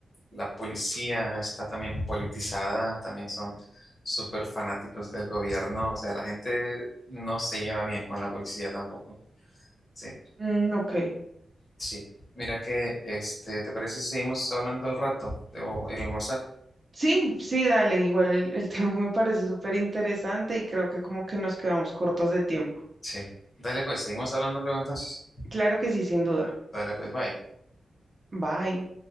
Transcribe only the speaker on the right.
Mm, ok.
Sí, sí, dale. Igual el, el <laughs> tema me parece súper interesante y creo que como que nos quedamos cortos de tiempo.
Claro que sí, sin duda.
Bye.